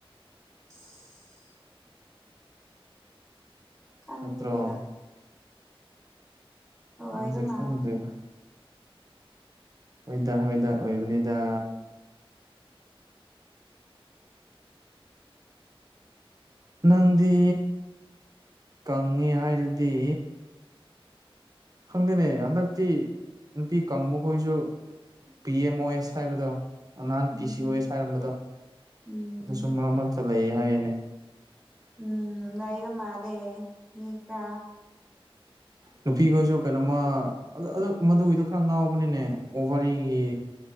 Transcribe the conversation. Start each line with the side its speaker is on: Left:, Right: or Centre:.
Centre: <unintelligible> ꯈꯪꯗꯦꯗ
Right: ꯅꯠꯇ꯭ꯔꯣ
Centre: ꯑꯣꯏꯕ
Right: ꯅꯪ ꯁꯦ
Centre: ꯃꯥꯜꯂꯤ
Right: ꯈꯪꯗꯔꯦꯗ ꯍꯣꯏꯗ ꯍꯣꯏꯗ ꯑꯣꯏꯕꯅꯤꯗ ꯅꯪꯗꯤ ꯀꯪꯉꯦ ꯍꯥꯏꯔꯗꯤ ꯈꯪꯗꯦꯅꯦ ꯍꯟꯗꯛꯇꯤ ꯅꯨꯄꯤ ꯀꯪꯕ ꯈꯣꯏꯁꯨ ꯄꯤ ꯑꯦꯝ ꯑꯣ ꯑꯦꯁ ꯍꯥꯏꯕꯗꯣ ꯅꯍꯥꯟ
Centre: ꯎꯝ
Right: ꯄꯤ ꯁꯤ ꯑꯣ ꯑꯦꯁ ꯍꯥꯏꯔꯝꯕꯗꯣ
Centre: ꯎꯝ
Right: ꯑꯗꯨꯁꯨ ꯃꯔꯛ ꯃꯔꯛꯇ ꯂꯩꯌꯦ ꯍꯥꯏꯔꯤꯅꯦ
Centre: ꯎꯝ ꯂꯩꯕ ꯃꯥꯜꯂꯦ ꯃꯤ ꯀꯥ
Right: ꯅꯨꯄꯤꯈꯣꯏꯁꯨ ꯀꯩꯅꯣꯝꯃ ꯑ ꯑꯗꯨ ꯃꯗꯨꯒꯤꯗꯣ ꯈꯔ ꯉꯥꯎꯕꯅꯤꯅꯦ ꯑꯣꯚꯔꯤꯒꯤ